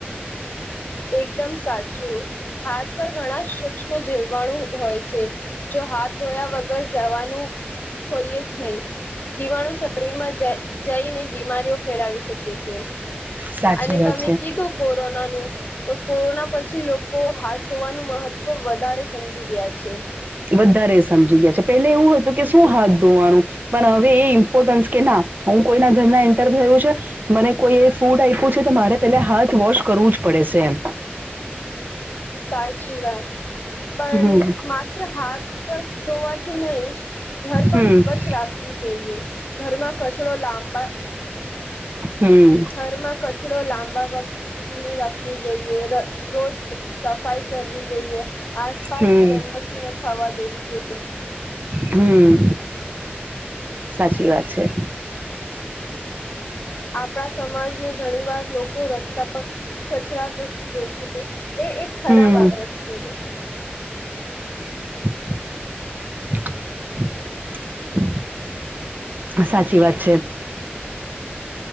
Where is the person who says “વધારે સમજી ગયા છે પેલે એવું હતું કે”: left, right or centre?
Right